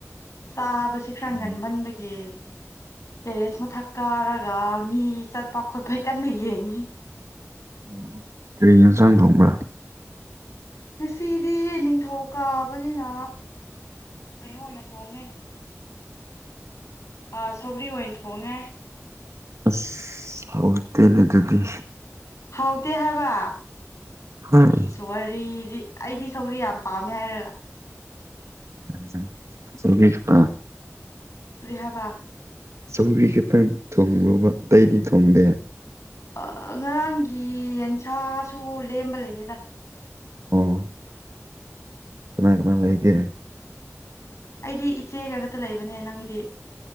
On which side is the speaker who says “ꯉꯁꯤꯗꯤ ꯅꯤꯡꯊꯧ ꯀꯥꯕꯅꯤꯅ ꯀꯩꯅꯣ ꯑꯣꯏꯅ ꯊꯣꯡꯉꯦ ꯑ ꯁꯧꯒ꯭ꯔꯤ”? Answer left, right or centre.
Left